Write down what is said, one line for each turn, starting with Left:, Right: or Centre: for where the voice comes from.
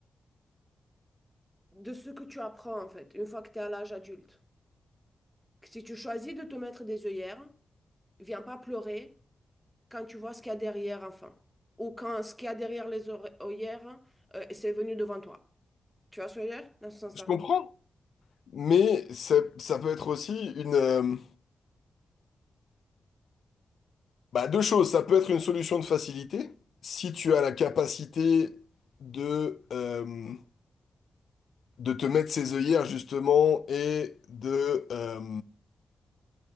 Centre: de ce que tu apprends en fait, une fois que tu es à l'âge adulte. Si tu choisis de te mettre des œillères, viens pas pleurer quand tu vois ce qu'il y a derrière enfin, ou quand ce qu'il y a derrière les oreilles- œillères, euh, c'est venu devant toi. Tu vois ce que je veux dire? Dans ce sens-là.
Left: je comprends. Mais ça, ça peut être aussi une... euh, bah, deux choses. Ça peut être une solution de facilité si tu as la capacité de... euh, de te mettre ses œillères justement et de euh,